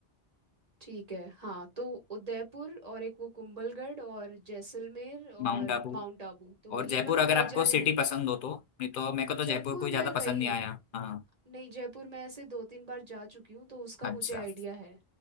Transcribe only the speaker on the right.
ठीक है हाँ तो उदयपुर और एक वो कुंभलगढ़ और जैसलमेर और
माउंट आबू तो
ये
मतलब
मेजर
हैं
जयपुर
मैं
गई
हूँ
नहीं जयपुर मैं ऐसे दो तीन बार जा चुकी हूँ तो उसका
मुझे आइडिया है